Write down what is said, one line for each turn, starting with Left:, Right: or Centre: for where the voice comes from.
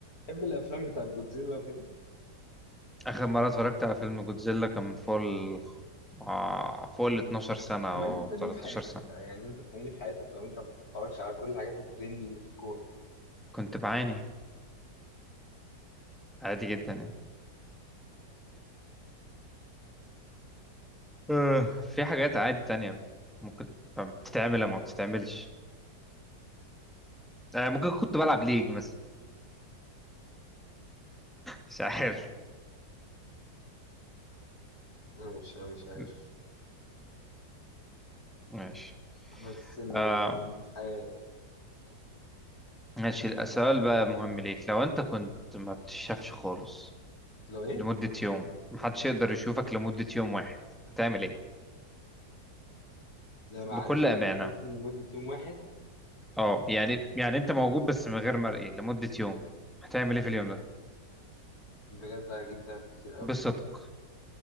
Left: بتحب الافلام بتاعت جودزيلا وكده
Centre: آخر مرة اتفرجت على فيلم جودزيلا كان من فوق ال آه، فوق ال 12 سنة
Left: امال
Centre: أو
Left: انت بتعمل
Centre: 13
Left: ايه في حياتك بقى
Centre: سنة
Left: يعني انت بتعمل ايه في حياتك لو انت ما بتتفرجش على كل الحاجات الترندي اللي في الكون
Centre: كنت بعاني عادي جدا يعني آه، في حاجات عادي تانية ممكن بتتعمل أو ما بتتعملش آه، ممكن كنت بلعب ليج مثلا مش عارف
Left: انا مش انا مش
Centre: <laughs>
Left: عارف
Centre: م- ماشي
Left: حاسس ان
Centre: آه
Left: ان دي حياه يعني.
Centre: ماشي السؤال بقى مهم ليك لو أنت كنت ما بتشافش خالص
Left: لو ايه
Centre: لمدة يوم محدش يقدر يشوفك لمدة يوم واحد هتعمل إيه؟
Left: لو ما
Centre: بكل
Left: عادش يقدر
Centre: أمانة
Left: يشوفني لمده يوم واحد
Centre: اه يعني يعني انت موجود بس من غير مرئي لمدة يوم هتعمل ايه في اليوم ده
Left: بجد هجيب دهب كتير قوي
Centre: بالصدق